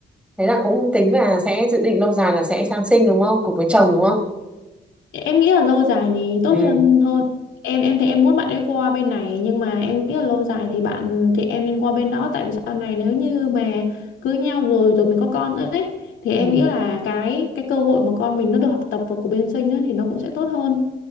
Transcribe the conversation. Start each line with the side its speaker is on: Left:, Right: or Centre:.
Centre: thế là cũng tính là sẽ dự định lâu dài là sẽ sang sinh đúng không cùng với chồng đúng không
Left: em nghĩ là lâu dài thì tốt
Centre: ừ
Left: hơn hơn em em thì em muốn bạn ấy qua bên này nhưng mà em nghĩ là lâu dài thì bạn thì em nên qua bên đó tại vì sau này nếu như mà cưới nhau rồi rồi mình có con nữa ấy thì em
Centre: ừ
Left: nghĩ là cái cái cơ hội mà con mình nó được học tập của bên sinh á thì nó cũng sẽ tốt hơn